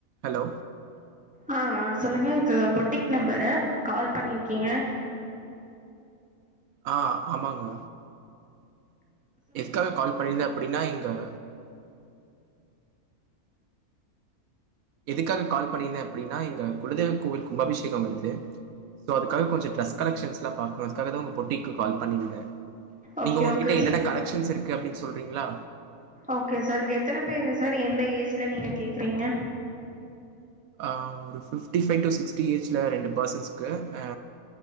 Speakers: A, on the right; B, in the centre.
A: Hello
B: ஆ ஆ சொல்லுங்க இது பொட்டிக் நெம்பரு கால் பண்ணியிருக்கீங்க
A: ஆ ஆமாங்க எதுக்காக கால் பண்ணியிருந்தே அப்டின்னா எங்க எதுக்காக கால் பண்ணிருந்தே அப்டின்னா எங்க குலதெய்வ கோவில் கும்அபிஷேகம் வருது சோ அதுக்காக கொஞ்சோ டிரஸ் கலக்ஷன்ஸ்லா பாக்கறோ அதுக்காகதா உங்க பொட்டிக் கு கால் பண்ணியிருந்த
B: ஓகே
A: நீங்க ஒங்கிட்ட
B: ஓகே
A: என்னென்ன
B: சார்
A: கலக்ஷன்ஸ் இருக்கு அப்டின் சொல்றீங்களா
B: ஓகே சார் எத்தன பேரு சார் எந்த ஏஜ்ல நீங்க கேக்கறீங்க
A: ஆ ஒரு ஃபிஃப்டி ஃபைவ் டூ சிக்ஸ்ட்டி ஏஜ்ல ரண்டு பர்சன்ஸ்க்கு ஆ